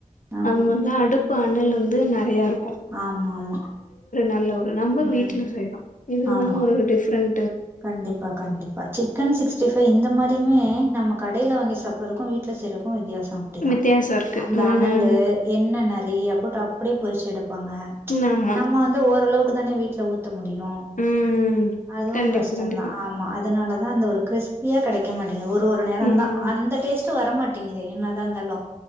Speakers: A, on the right; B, on the left.
A: ஆ
B: அவங்க வந்து அடுப்ப அன்னைல இருந்து நெறையா இருக்
A: ஆமா ஆமா
B: நல்ல ஒரு நம்ம
A: ம்
B: வீட்ல செய்யறோ இதுதா
A: ஆமா
B: ஒரு டிஃப்ரெண்
A: கண்டிப்பா கண்டிப்பா சிக்கன் சிக்ஸ்டி ஃபைவ் இந்த மாரியுமே நம்ம கடைல வாங்கி சாப்படறக்கு வீட்ல செய்யறக்கு வித்தியாசோ அப்டிதா
B: வித்தியாசோ இருக்கு
A: அந்த
B: ம்
A: அனலு எண்ண நெறைய போட்டு அப் அப்டியே பொரிச்சு எடு ப்பாங்க
B: ம் ஆமா
A: நம்ம வந்து ஓரளவு இப்பதானெ வீட்ல ஊ த்த முடியு
B: ம்
A: அதுவு
B: கண்டிப்பா
A: கஷ் டந்தா
B: கண்டிப்பா
A: ஆமா அதுனால ஆனா அந்த ஒரு கிரிஸ்பியா கெடைக்க மாட் டெங்கிது ஒரு ஒரு நேரந்தா
B: ம்
A: அந்த டேஸ்ட்டு வர மாட் டிங்கிதே என்னதா இந்தாலு